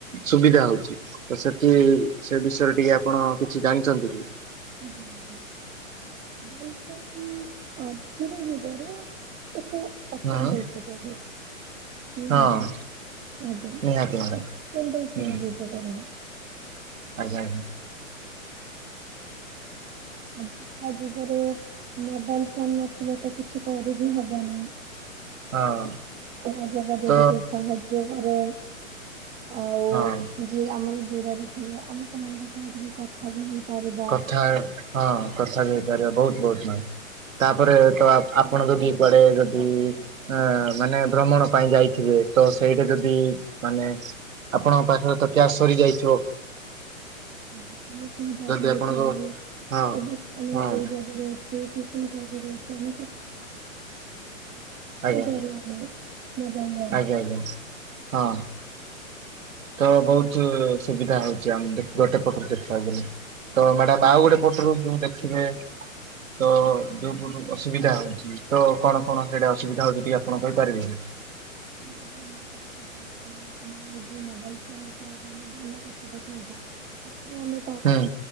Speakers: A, on the right (about 70°); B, on the right (about 20°).
A: ସୁବିଧା ହଉଛି? ତ ସେଠି
B: ଆଜ୍ଞା
A: ସେ ବିଷୟରେ ଟିକେ ଆପଣ
B: ଆଜିକାଲି
A: କିଛି ଜାଣିଚନ୍ତି କି?
B: ଆଜ୍ଞା <inaudible> ଆଜିର ଯୁଗରେ ଏକ ଅତ୍ୟନ୍ତ
A: ହଁ
B: ଉ ପଯୋଗ ନିହାତି
A: ହଁ
B: ଆଗ
A: ନିହାତି ମ୍ୟାଡ଼ାମ
B: ଅତ୍ୟନ୍ତ ଉପକାରୀ।
A: ହୁଁ
B: ସାଧାରଣ
A: ଆଜ୍ଞା, ଆନ୍
B: <inaudible> ଆଜିକା ଯୁଗରେ ମୋବାଇଲ୍ ଫୋନ୍ ନଥିଲେ ତ କିଛି କରିବି ହବନି।
A: ହଁ।
B: ଏହା ଯୋଗାଯୋଗକୁ
A: ତ
B: ସାହାଯ୍ୟ କରେ, ଆଉ
A: ହଁ
B: <inaudible> ଯିଏ ଆମର ଦୂରରେ ଥିବା ଆମେ ସେମାନଙ୍କ ସହ ଟିକେ କ ଥା ବି ହେଇ ପାରିବ।
A: କଥା ହଁ କଥା ବି ହେଇପାରିବ, ବହୁତ ବହୁତ ନ- ତାପରେ ତ
B: ସହଜରେ
A: ଆପଣ ଯଦି
B: ଆମେ
A: କୁଆଡେ
B: କଥା
A: ଯଦି
B: ହେଇପାରିବା
A: ଏଁ,
B: ସେମାନଙ୍କ ସହ
A: ମାନେ ଭ୍ରମଣ ପାଇଁ ଯାଇଥିବେ ତ ସେଇଠି ଯଦି ମାନେ ଆପଣଙ୍କ ପାଖରେ ତ କ୍ୟାସ୍ ସରି ଯାଇଥିବ।
B: <unintelligible> ଯେକୌଣସି ଜାଗାରେ
A: ଯଦି ଆପଣଙ୍କ
B: ଥାଉ ହେଲେ,
A: ହଁ
B: ଏବେ ଆମେ
A: ହଁ
B: ଏଇ ଜାଗାରେ ସେଇଥିପାଇଁ <unintelligible> କଥା ହେଇ
A: ଆଜ୍ଞା
B: ପାରୁନଥାଏ। ଜାଗାର ନା
A: ଆଜ୍ଞା, ଆଜ୍ଞା ହଁ। ତ ବହୁତୁ ସୁବିଧା ହଉଛି ଆମ୍ ଦେ-ଗୋଟେ ପଟରୁ ଦେଖିବାକୁ ଗଲେ।
B: ଆଜ୍ଞା।
A: ତ ମ୍ୟାଡାମ୍ ଆଉ ଗୋଟେ ପଟରୁ ଯୁ ଦେଖିବେ। ତ
B: ଆଉ
A: ଯୋଉ ପଟରୁ ଅସୁବିଧା ହଉଛି
B: ଏବେ ଦେଖନ୍ତୁ
A: ତ କଣ କଣ ସେଇଟା ଅସୁବିଧା ହଉଛି ଟିକେ ଆପଣ କହିପାରିବେ କି?
B: <inaudible> <unintelligible> ଆମେ ଯଦି ମୋବାଇଲ୍ ଫୋନ୍ ବିଷୟରେ ଆପଣ ମାନେ ଭଲ କଥାଟା କହିବା, ତାପରେ ଆମେ
A: ହୁଁ।